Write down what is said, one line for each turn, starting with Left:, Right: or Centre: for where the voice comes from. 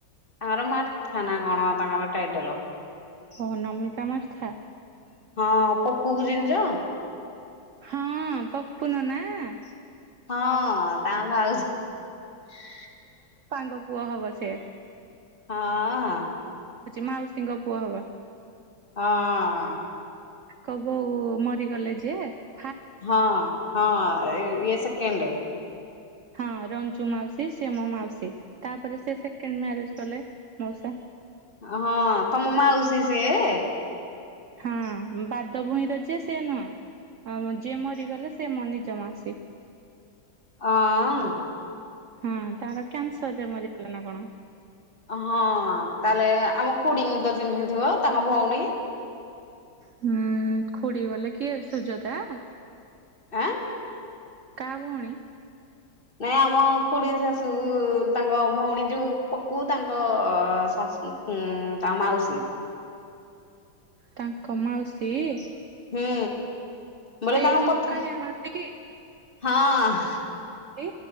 Left: ତାଙ୍କର ମାରଥେ ନା କଣ ତାଙ୍କର ଟାଇଟଲ ।
Right: ଓ ହୋ ନମିତା ମାରଥା ।
Left: ହଁ ପପୁ କୁ ଚିନିଛ ।
Right: ହଁ ପପୁ ନନା ।
Left: ହଁ ତାଙ୍କ ଭାଉଜ ।
Right: ସାଙ୍ଗ ପୁଅ ହବ ସେ ।
Left: ହଁ ।
Right: ମାଉସୀ ଙ୍କ ପୁଅ ହବ।
Left: ହଁ ।
Right: ତାଙ୍କ ବୋଉ ମରିଗଲେ ଯେ ।
Left: ହଁ ହଁ ଇଏ ସେକେଣ୍ଡ ।
Right: ହଁ । ରଞ୍ଜୁ ମାଉସୀ ସିଏ ମୋ ମାଉସୀ ତାପରେ ସେ ସେକେଣ୍ଡ ମ୍ୟାରେଜ କଲେ ମାଉସା ।
Left: ହଁ ତମ ମାଉସି ସିଏ।
Right: ହଁ ବାଦ ଭୂଇଁ ର ଯିଏ ସିଏ ନୁହଁ। ଆଉ ଯିଏ ମରିଗଲେ ସେ ମୋ ନିଜ ମାଉସି ।
Left: ଅହଁ ।
Right: ହଁ ତାଙ୍କର କ୍ୟାନସର ରେ ମରିଗଲା ନା କଣ ।
Left: ହଁ ତାହେଲେ ଆମ ଖୁଡି ଙ୍କୀ ତ ଚିହ୍ନିଥିବ ତାଙ୍କ ଭଉଣୀ।
Right: ହୁଁ ଖୁଡ଼ି ବଲେ କିଏ ସୁଯତା ।
Left: ଆଁ ।
Right: କା ଭଉଣୀ ।
Left: ନାଇଁ ଆମ ଖୁଡି ଶାଶୁ ତାଙ୍କ ଭଉଣୀ ଯୋଉ । ପପୁ ତାଙ୍କ ଶାଶୁ ତାଙ୍କ ମାଉସୀ ।
Right: ତାଙ୍କ ମାଉସୀ ।
Left: ହୁଁ ବୋଲେ
Right: ଏଇ
Left: ତାଙ୍କ
Right: ଯୋଉ
Left: ପଥ
Right: କାଳିଆ ମାତି କି ।
Left: ହଁ ।
Right: ଏ